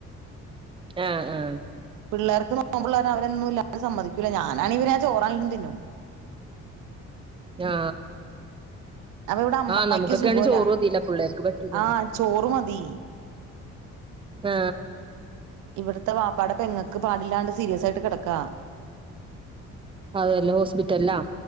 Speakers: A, on the right; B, on the right.
A: ആഹ് ആ
B: പിള്ളേർക്ക് നോമ്പുള്ള കാരണം അവരന്നും ഇല്ലാതെ സമ്മതിക്കൂല ഞാനാണങ്കി ചോറാണേലും തിന്നും
A: ആ ആ
B: അപ്പൊ ഇവിടെ അമ്മായിക്ക്
A: ആഹ് നമുക്കൊക്കെയാണ്
B: സുഖമില്ല
A: ചോറ് മതില്ല പിള്ളേർക്ക് പറ്റൂലല്ലോ
B: ആ ചോറ് മതി
A: ആ
B: ഇവിടത്തെ വാപ്പാട പെങ്ങക്ക് പാടില്ലാണ്ട് സീരിയസ് ആയിട്ട് കിടക്കാ
A: അതല്ല ഹോസ്പിറ്റലിലാ